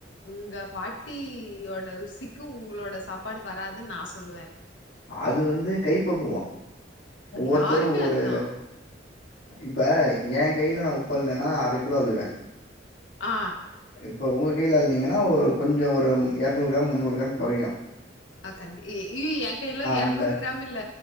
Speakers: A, on the left (about 80°); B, on the left (about 60°).
A: உங்க பாட்டியோட ருசிக்கு உங்ளோட சாப்பாடு வராதுன் நா சொல்லுவே
B: அது வந்து கைப்பக்குவ ஒவ்வொருத்தரு
A: யாருமே
B: ஒரு
A: அதுதா
B: இப்ப ஏ கைல நா உப்பு அள்ளுனேன்னா அர கிலோ அள்ளுவே
A: ஆ
B: இப்ப ஒங்க கைல அள்ளுனீங்கனா ஒரு கொஞ்சோ ஒரு எரநூறு கிராம் முந்நூறு கிராம் கொறையு
A: ஆ கண்டி இ இ ஏ கைல எரநூறு
B: அந்த
A: கிராம் இல்ல